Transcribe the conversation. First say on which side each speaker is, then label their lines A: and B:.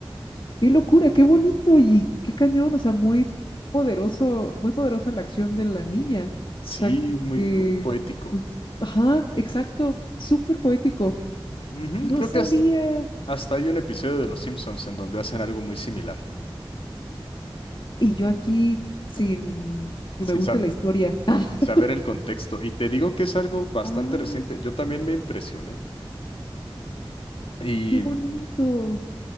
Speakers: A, on the left; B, on the left.
A: Qué locura, qué bonito y qué cañón. O sea, muy poderoso, muy poderosa la acción de la niña.
B: Sí,
A: O sea,
B: muy,
A: que,
B: muy poético.
A: pues, ajá, exacto. Súper poético.
B: Ujú,
A: No
B: Creo
A: sabía.
B: que es- hasta hay un episodio de Los Simpsons en donde hacen algo muy similar,
A: Y yo aquí sin que
B: sin,
A: me guste
B: sa-
A: la historia. <laughs>
B: sin saber el contexto. Y te digo que es algo bastante
A: Wow,
B: reciente. Yo también me impresioné. y
A: qué bonito.